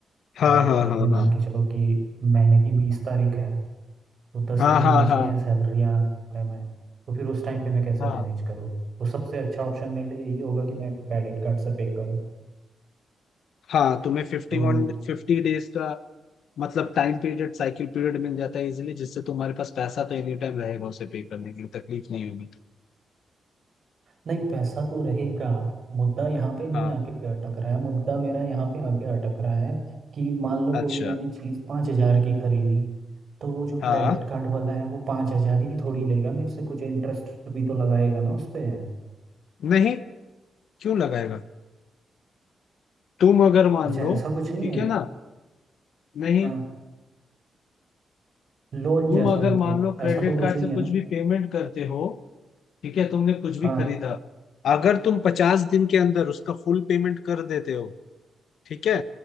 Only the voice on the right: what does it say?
और
ये मान के चलो कि महीने की बीस तारीख है तो दस
ही दिन
बचे
हैं सैलरी आने में तो फिर उस टाइम पे मैं कैसे
मैनेज करूँ तो सबसे अच्छा ऑप्शन मेरे लिए यही होगा कि मैं क्रेडिट कार्ड से पे करूँ
तो
नहीं पैसा तो रहेगा मुद्दा यहाँ पे नहीं
आके अटक रहा है मुद्दा मेरा यहाँ पे आके अटक रहा है कि मान लो
कोई मैंने चीज़ पाँच हजार की खरीदी तो वो जो
क्रेडिट कार्ड वाला है वो पाँच हजार ही थोड़ी लेगा मेरे से कुछ इंटरेस्ट भी तो लगाएगा ना उस पे
अच्छा
ऐसा कुछ नहीं
है
हाँ लोन जैसा
मतलब
ऐसा तो कुछ
नहीं
है
ना
हाँ